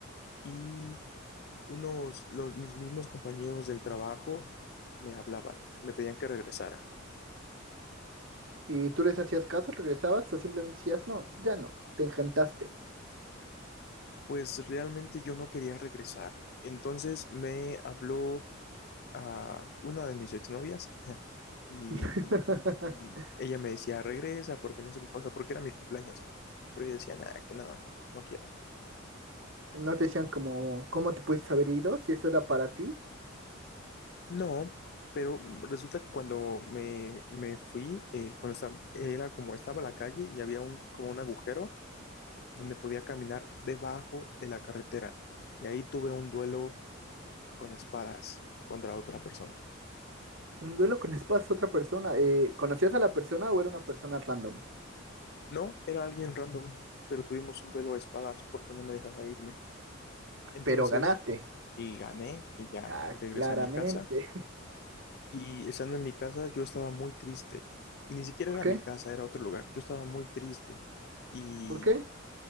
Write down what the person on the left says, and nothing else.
y Unos, los, mis mismos compañeros del trabajo me hablaban, me pedían que regresara.
Pues realmente yo no quería regresar. Entonces me habló a una de mis exnovias <laughs> y,
y- y ella me decía, regresa, porque no sé qué cosa, porque era mi cumpleaños. Pero yo decía, nada, que nada, no quiero.
No, pero resulta que cuando me, me fui, eh, cuando estaba, era como estaba la calle y había un, como un agujero donde podía caminar debajo de la carretera y ahí tuve un duelo con espadas contra otra persona.
No, era alguien random, pero tuvimos un duelo a espadas porque no me dejaba irme. Entonces,
y gané y ya
me regresé
a mi casa y estando en mi casa yo estaba muy triste y ni
siquiera
era
mi casa, era otro lugar. Yo estaba muy triste y